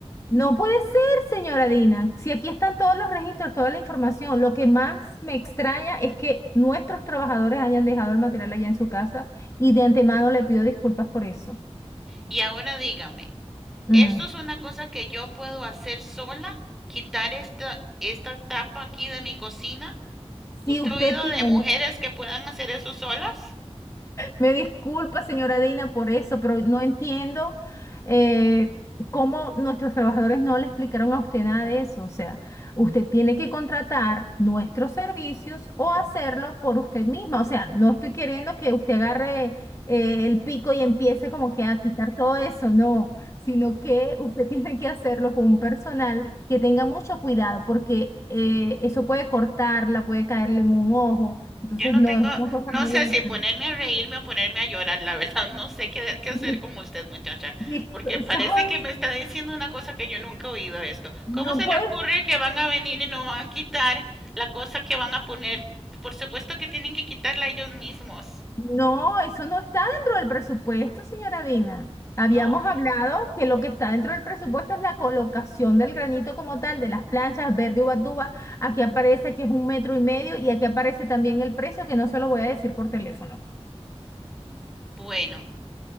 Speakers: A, on the left; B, in the centre.
A: No puede ser, señora Dina, si aquí están todos los registros, toda la información. Lo que más me extraña es que nuestros trabajadores hayan dejado el material allá en su casa y de antemano le pido disculpas por eso.
B: Y ahora dígame,
A: Mm.
B: esto es una cosa que yo puedo hacer sola, quitar esta, esta tapa aquí de mi cocina.
A: Si
B: ¿Usted
A: usted
B: ha oído
A: tiene
B: de mujeres que puedan hacer eso solas?
A: me disculpa, señora Dina, por eso, pero no entiendo eh, cómo nuestros trabajadores no le explicaron a usted nada de eso. O sea, usted tiene que contratar nuestros servicios o hacerlo por usted misma. O sea, no estoy queriendo que usted agarre eh, el pico y empiece como que a quitar todo eso, no, sino que usted <laughs> tiene que hacerlo con un personal que tenga mucho cuidado porque eh, eso puede cortarla, puede caerle en un ojo. Entonces,
B: Yo no
A: no,
B: tengo,
A: es una cosa
B: no
A: muy
B: sé
A: delicada.
B: si ponerme a reírme o ponerme a llorar, la verdad, no sé qué, qué hacer
A: <laughs>
B: con usted, muchacha,
A: Dis-
B: porque parece
A: sois-
B: que me está diciendo una cosa que yo nunca he oído esto.
A: no
B: ¿Cómo se
A: puedes,
B: le ocurre que van a venir y no van a quitar la cosa que van a poner? Por supuesto que tienen que quitarla ellos mismos.
A: no, eso no está dentro del presupuesto, señora Dina. Habíamos
B: Ah,
A: hablado que lo que está dentro del presupuesto es la colocación del granito como tal, de las planchas verde ubatuba. Aquí aparece que es un metro y medio y aquí aparece también el precio que no se lo voy a decir por teléfono.
B: bueno,